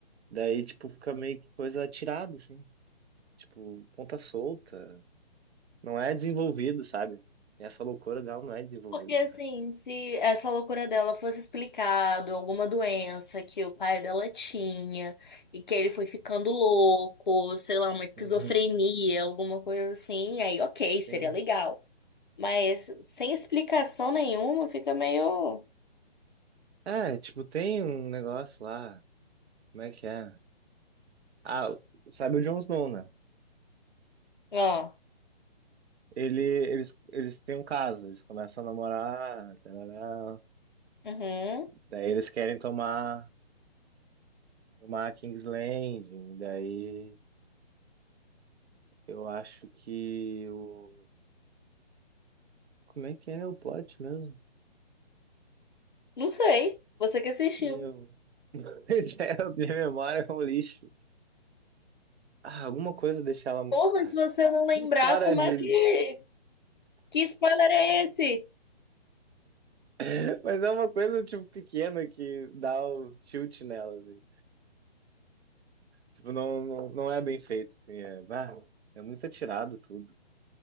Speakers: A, on the right; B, on the left.
A: Daí, tipo, fica meio que coisa atirada, assim. Tipo, ponta solta. Não é desenvolvido, sabe? Essa loucura dela não é desenvolvida.
B: Porque, assim, se essa loucura dela fosse explicado, alguma doença que o pai dela tinha e que ele foi ficando louco, sei lá, uma esquizofrenia,
A: Uhum.
B: alguma coisa assim, aí ok, seria
A: Tem-
B: legal. Mas sem explicação nenhuma, fica meio.
A: É, tipo, tem um negócio lá. Como é que é? Ah, sabe o Jon Snow, né?
B: Ó,
A: Ele, eles, eles têm um caso, eles começam a namorar, tarará.
B: uhum,
A: daí eles querem tomar Uma King's Landing, daí eu acho que o. Como é que é o plot mesmo?
B: não sei, você que assistiu.
A: Meu. <laughs> Pois é, eu tenho memória é um lixo. Ah, alguma coisa deixava. mu-
B: Pô, mas
A: Ah,
B: se você não lembrar,
A: que história
B: como
A: de.
B: é que. Que spoiler é esse?
A: <laughs> Mas é uma coisa, tipo, pequena que dá o tilt nela, assim. Tipo, não, não, não é bem feito, assim. É, bah, é muito atirado tudo.